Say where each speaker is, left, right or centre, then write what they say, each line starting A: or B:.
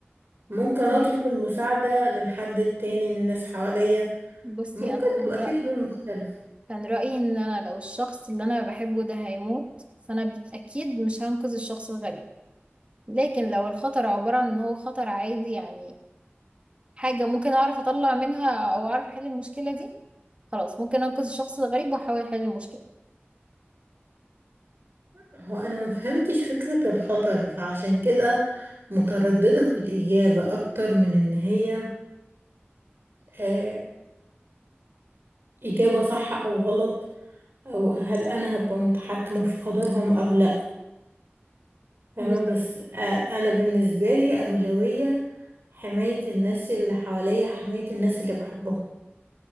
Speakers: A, on the right; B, on the right.
A: ممكن
B: تمام.
A: أطلب المساعدة للحد التاني من الناس حواليا
B: بصي
A: ممكن
B: انا كان
A: تبقى
B: رأيي
A: في حلول مختلفة
B: كان رأيي ان انا لو الشخص اللي انا بحبه ده هيموت فانا اكيد مش هنقذ الشخص الغريب لكن لو الخطر عبارة عن ان هو خطر عادي يعني حاجة ممكن اعرف اطلع منها او اعرف احل المشكلة دي خلاص ممكن انقذ الشخص الغريب واحاول احل المشكلة
A: هو انا ما فهمتش فكرة الخطر فعشان كده مترددة في الإجابة اكتر من ان هي آه إجابة صح او غلط او هل انا هبقى متحكمة في قدرهم او لا فاهمة
B: بالظبط
A: بس آه انا بالنسبة لي أولوية حماية الناس اللي حواليا حماية الناس اللي بحبهم